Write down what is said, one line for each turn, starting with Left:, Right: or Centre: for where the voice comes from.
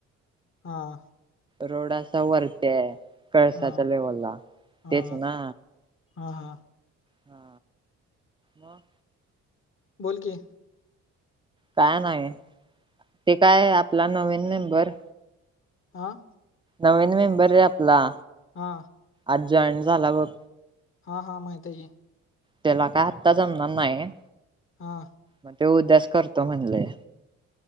Left: हा.
Right: रोड अस वरती कळसाच्या
Left: हा
Right: लेवलला
Left: हा
Right: तेच ना.
Left: हा हा.
Right: हा मग.
Left: बोल की.
Right: काय नाही ते काय आपला नवीन मेबर
Left: हा.
Right: नवीन मेंबर रे आपला
Left: हा.
Right: आज जॉईन झाला बघ
Left: हा हा माहित आहे की.
Right: त्याला काय आत्ता जमणार नाही.
Left: हा.
Right: मग ते उद्याच करतो म्हणलय.